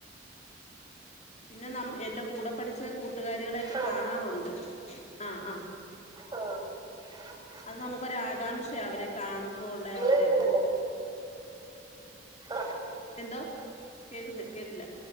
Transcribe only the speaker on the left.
പിന്നെ നം എന്റെ കൂടെ പഠിച്ച കു കൂട്ടുകാരികളെയൊക്കെ
കാണാറുണ്ട് ആ ആ
അത് നമുക്കൊരു ആകാംക്ഷയ അവരെ കാണുമ്പോ ഉള്ള
ആ ഒരു
എന്തോ കേക്ക്ന്ന് കേട്ടില്ല